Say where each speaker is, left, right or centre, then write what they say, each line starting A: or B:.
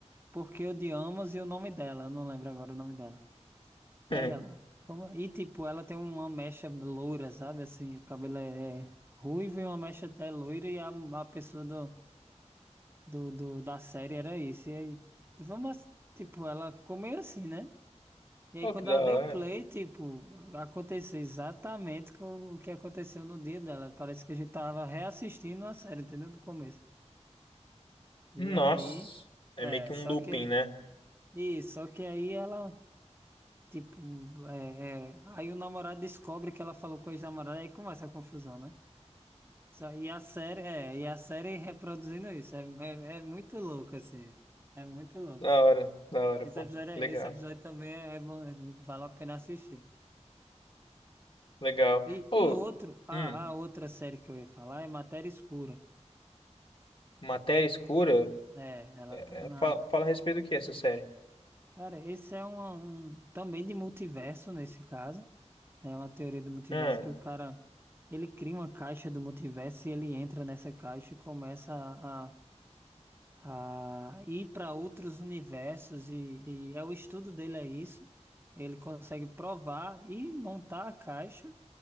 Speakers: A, on the right (about 20°); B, on the left (about 45°).
A: Por que Odiamos e o nome dela, eu não lembro agora o nome dela.
B: <laughs>
A: E aí ela, como... E tipo, ela tem uma mecha loura, sabe, assim, o cabelo é é ruivo e uma mecha é loira, e a, a pessoa do do, do- da série era isso. E aí, vamos, tipo, ela ficou meio assim, né? E aí,
B: Pô,
A: quando
B: que da
A: ela deu
B: hora.
A: play, tipo, aconteceu exatamente com o que aconteceu no dia dela. Parece que a gente tava reassistindo a série, entendeu? Do começo. E
B: Nossa,
A: aí,
B: é
A: é,
B: meio que um
A: só
B: looping,
A: que,
B: né?
A: isso, só que aí ela, tipo, é, é, aí o namorado descobre que ela falou com o ex-namorado, aí começa a confusão, né? Só, e a série, é, e a série reproduzindo isso, é, é, é muito louco, assim, é muito louco.
B: Da hora, da hora,
A: Esse
B: pô.
A: episódio, é-
B: Legal,
A: esse episódio também é é bom, vale a pena assistir.
B: legal.
A: E,
B: Ô,
A: e outro,
B: hum,
A: a, a outra série que eu ia falar é Matéria Escura.
B: Matéria Escura,
A: É, ela
B: é,
A: tá
B: é,
A: na.
B: fala, fala a respeito do que essa série?
A: Cara, esse é uma- um, também de multiverso nesse caso. É uma teoria do multiverso
B: Hum,
A: que o cara ele cria uma caixa do multiverso e ele entra nessa caixa e começa a, a, a ir para outros universos e, e é o estudo dele é isso. Ele consegue provar e montar a caixa.